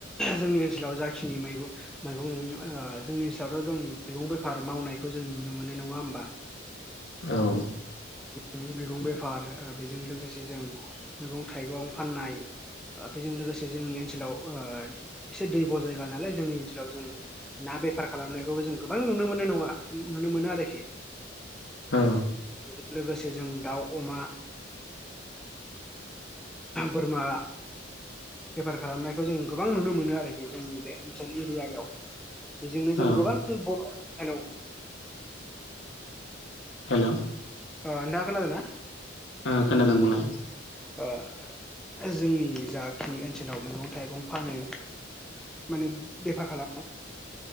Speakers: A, in the centre; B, on the left (about 65°).
A: जोंनि ओनसोलाव जाखिनि मैगं मैगं ओ जोंनि ओनसोलावथ जों मैगं बेफार मावनायखौ जों नुनो मोनो नङा होमबा
B: औ
A: मैगं बेफार बेजों लोगोसे जों मैगं थाइगं फाननाय बेजों लोगोसे जोंनि ओनसोलाव ओ एसे दैब जायगा नालाय जोंनि ओनसोलाव जों ना बेफार खालामनायखौबो जों गोबां नुनो मोनो नङा नुनो मोनो आरोखि
B: औ
A: बेजों लोगोसे जों दाउ अमा बोरमा बेफार खालामनायखौ जों गोबां नुनो मोनो आरोखि जोंनि बे ओनसोल एरियायाव बेजोंनो जों
B: औ
A: गोबां बर' हेलौ
B: हेलौ
A: ओ नोंथाङा खोनादोंना
B: ओ खोनादों बुंलाय
A: बा जोंनि जाखिनि ओनसोलाव मैगं थाइगं फानो माने बेफार खालामो